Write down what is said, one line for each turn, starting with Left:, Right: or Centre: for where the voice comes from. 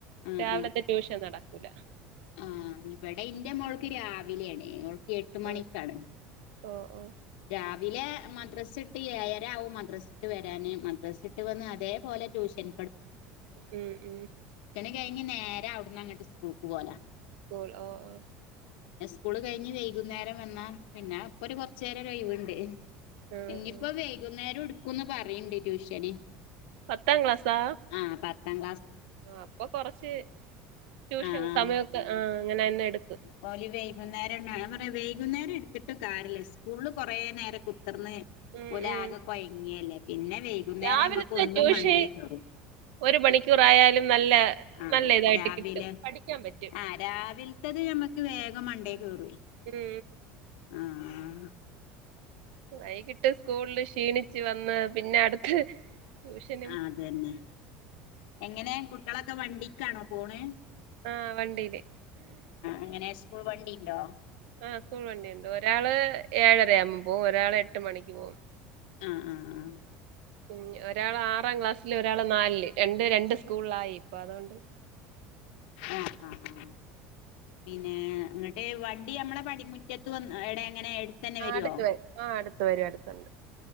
Left: ആഹ്
Right: രാവിലത്തെ ട്യൂഷൻ നടക്കൂല
Left: ആ ഇവിടെ ഇന്റെ മോൾക്ക് രാവിലെയാണ് ഓൾക്ക് എട്ട് മണിക്കാണ്
Right: ആ ഓ ഓ
Left: രാവിലെ മദ്രസ് ഇട്ട് ഏരവും മദ്രസ് ഇട്ട് വരാന് മദ്രസി ഇട്ട് വന്ന് അതേപോലെ- പിന്നെ ട്യൂഷൻ
Right: ഉം ഉ
Left: കഴിഞ് നേരെ അവിടന്ന് അങ്ങട്ട് സ്കൂൾക്ക് പോല
Right: ഗോൾ ഹ ഓ
Left: സ്കൂള് കഴിഞ്ഞ് വൈകുന്നേരം വന്നാ പിന്നെ അപ്പൊ ഒരു കൊറച്ച നേരം ഒഴവുണ്ട്
Right: ആ
Left: ഇനിപ്പോ
Right: ആ
Left: വൈകുന്നേരം എടുക്കുന്ന് പറയണ്ട് ട്യൂഷന്
Right: പത്താം ക്ലാസാ
Left: ആഹ് പത്താം
Right: അപ്പൊ കൊറച്ച് ട്യൂഷൻ
Left: ആ ആ
Right: സമയമൊക്കെ ആ അങ്ങനെ തന്നെ എടുക്കും
Left: പോലി വൈകുന്നേരം എ പറ വൈകുന്നേരം എടുത്തിട്ട് കാര്യമില്ല സ്കൂളിൽ കൊറേ നേരം കുത്തിർന്ന്
Right: ഉം
Left: ഓല്
Right: ഉം
Left: ആക്കെ കൊഴഞ്ഞില്ലേ പിന്നെ വൈകുന്നേരം
Right: രാവിലത്തെ
Left: നമ്മുക്ക് ഒന്ന്
Right: ട്യൂഷൻ
Left: മണ്ടേ കയറും
Right: ഒരു മണിക്കൂറായാലും നല്ല
Left: ആഹ
Right: നല്ല ഇതായിട്ട്
Left: രാവിലെ
Right: കിട്ടും പഠിക്കാൻ പറ്റും
Left: ആ് രാവിലത്തത് നമ്മുക്ക് വേഗം മണ്ടേ കയറു
Right: ഉം
Left: ആഹ
Right: വൈകിട്ട് സ്കൂളില് ക്ഷീണിച്ചു വന്ന് പിന്നെ അടുത്ത്- ട്യൂഷനും
Left: ആ അതന്നെ എങ്ങനെ കുട്ടികളൊക്കെ വണ്ടിക്കാണോ പോണേ
Right: ആഹ വണ്ടിയില്
Left: എങ്ങനെ സ്കൂൾ വണ്ടിണ്ടോ
Right: ആ സ്കൂൾ വണ്ടിണ്ട് ഒരാള് ഏഴരയാവുമ്പോ പോകും ഒരാൾ എട്ട് മണിക്ക് പോകവും
Left: ആഹ ആഹ ആ
Right: ഉ ഒരാൾ ആറാം ക്ലാസ്സില് ഒരാള് നാലില് രണ്ട് രണ്ട് സ്കൂളിലായി ഇപ്പൊ അതുകൊണ്ട്-
Left: ആഹ ആഹ ആഹ പിന്നെ അങ്ങട്ട് വണ്ടി നമ്മളെ പടി മുറ്റത്ത് വന്ന് എടെ എങ്ങനെ എടുത്തന്നെ
Right: ആ
Left: വരുവോ
Right: അടുത്ത വര ആ അടുത്ത വരും അടുത്തുണ്ട്